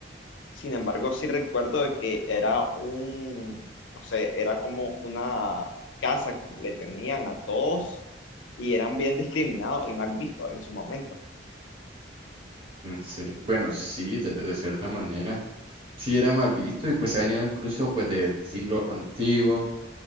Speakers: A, on the left; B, on the right.
A: Sin embargo, sí recuerdo de que era un, no sé, era como una casa que le tenían a todos y eran bien discriminados y mal vistos en su momento.
B: Mm, Sí, bueno, sí, de de cierta manera. sí era mal visto y pues se ha venido incluso pues del siglo antiguo,